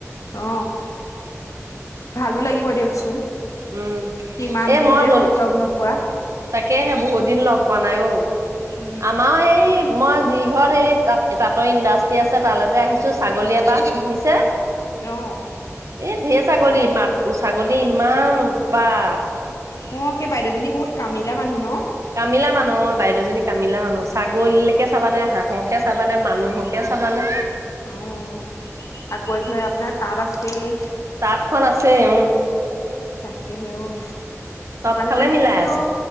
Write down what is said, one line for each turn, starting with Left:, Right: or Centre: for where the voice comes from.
Left: অ ভালো লাগিব দিয়ক চোন
Right: উম,
Left: কিমান
Right: এ
Left: দিন
Right: মই
Left: যে
Right: জল
Left: হ'ল লগ নোপোৱা
Right: তাকেহে বহুত দিন লগ পোৱা নাই অ
Left: উম
Right: আমাৰ এই মই যি ঘৰত এই তাত তাঁতৰ ইণ্ডাষ্ট্ৰি আছে তালৈ যে আহিছো ছাগলী এবাহ পুহিছে
Left: তেওঁ
Right: এই ঢেৰ ছাগলী মাত ছাগলী ইমান উৎপাত
Left: অ সেই বাইদেউজনী বহুত কামিলা মানুহ ন
Right: কামিলা মানুহ বাইদেউজনী কামিলা মানুহ ছাগলীকে চাবানে হাঁহকে চাবানে মানুহকে চাবানে
Left: অ আকৌ এফালে আপোনাৰ তাত আছেই
Right: তাঁতখন আছে উম
Left: তাকেহে অ
Right: চবফালে
Left: মানুহজনী
Right: মিলাই
Left: কিন্তু
Right: আছে